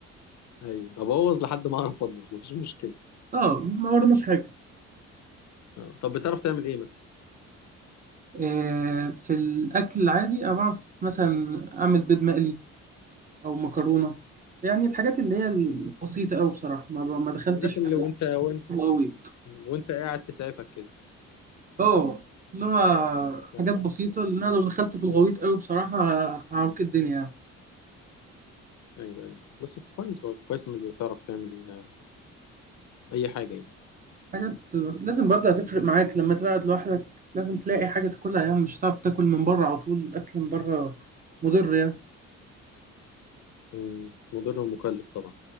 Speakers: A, on the left; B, on the right.
A: أيوه هبوظ لحد ما أعرف أطبخ مفيش مشكلة
B: اه ما ورناش حاجه
A: آه. طب بتعرف تعمل إيه مثلا؟
B: آه، في الأكل العادي أنا بعرف مثلا أعمل بيض مقلي أو مكرونة يعني الحاجات اللي هي البسيطة
A: مم.
B: أوي بصراحة ما ما دخلتش
A: الحاجات
B: في
A: اللي وأنت وأنت
B: الغويط
A: وأنت قاعد تسعفك كده
B: أه اللي هو
A: ايوه
B: حاجات بسيطة لأن أنا لو دخلت في الغويط أوي بصراحة ه- هعوك الدنيا يعني
A: ايوه ايوه بس كويس برضه كويس انك بتعرف تعمل آه، اي حاجه يعني
B: حاجات لازم برضه هتفرق معاك لما تبعد لوحدك لازم تلاقي حاجة تاكلها يعني مش هتعرف تاكل من بره على طول الأكل من بره مضر يعني
A: مم. مضر ومكلف طبعا